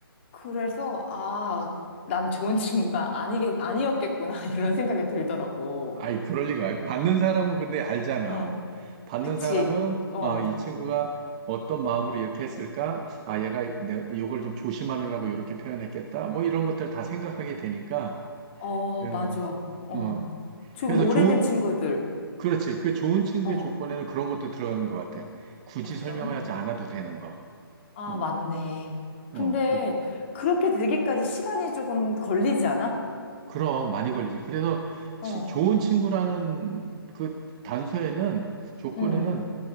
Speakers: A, on the left; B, on the right.
A: 그래서, 아, 난 좋은 친구가 아니게, 아니었겠구나, <laughs> 이런 생각이 들더라고.
B: 아이, 그럴 리가. 받는 사람은 근데 알잖아.
A: 어,
B: 받는
A: 그치.
B: 사람은,
A: 어,
B: 아, 이 친구가 어떤 마음으로 이렇게 했을까? 아, 얘가 내, 이걸 좀 조심하느라고 이렇게 표현했겠다. 뭐 이런 것들 다 생각하게 되니까.
A: 어,
B: 어,
A: 맞아. 어.
B: 어.
A: 조금
B: 그래서
A: 오래된
B: 좋은,
A: 친구들.
B: 그렇지. 그 좋은 친구의
A: 어,
B: 조건에는 그런 것도 들어가는 것 같아. 굳이
A: 어떤?
B: 설명하지 않아도 되는 거.
A: 아,
B: 어,
A: 맞네.
B: 어.
A: 근데
B: 그,
A: 그렇게 되기까지 시간이 조금 걸리지 않아?
B: 그럼 많이 걸리지. 그래서
A: 어,
B: 치- 좋은 친구라는 그 단서에는 조건에는
A: 응,